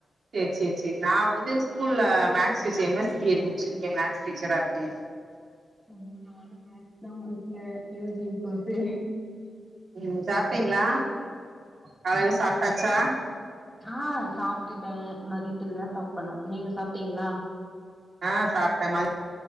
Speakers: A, on the right; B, in the centre.
A: சேரி சேரி
B: ஆமா
A: சேரி நா வந்து ஸ்கூல்ல மேக்ஸ் சிஸ் M S C B Ed முடிச்சிருக்கேன் மேக்ஸ் டீச்சரா இருக்கேன்
B: ம் நானும் மேக்ஸ் தான் முடிச்சேன் யூ ஜி கோர்ஸ்ஸு
A: ம் சாப்டீங்ளா காலையில சாப்ட்டாச்சா
B: ஆன் சாப்ட்டுட்டேன் மதியத்துக்கு தான் சாப்டணும் நீங்க சாப்ட்டீங்ளா
A: அன் சாப்ட்டேன் ம